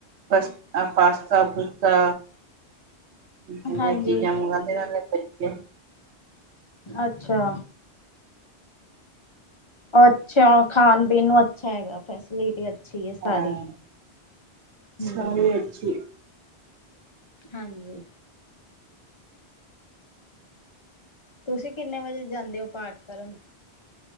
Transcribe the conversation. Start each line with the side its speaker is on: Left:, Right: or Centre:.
Right: ਪਾਸਤਾ-ਪੁਸਤਾ ਇਹੋ
Left: ਹਾਂਜੀ।
Right: ਜੀਆ ਚੀਜ਼ਾਂ, ਮੰਗਵਾਦੇ ਰਹਿੰਦੇ ਬੱਚੇ।
Left: ਅੱਛਾ। ਉਹ ਅੱਛਾ, ਖਾਣ-ਪੀਣ ਨੂੰ ਅੱਛੀਆਂ ਹੈਗੀਆਂ, ਫੈਸਿਲਿਟੀ ਅੱਛੀ ਏ ਸਾਰੀ।
Right: ਹਾਂ
Left: ਹੂੰ
Right: ਸਾਰੇ ਅੱਛੀ
Left: ਹਾਂਜੀ। ਤੁਸੀਂ ਕਿੰਨੇ ਵਜੇ ਜਾਂਦੇ ਹੋ, ਪਾਠ ਕਰਨ?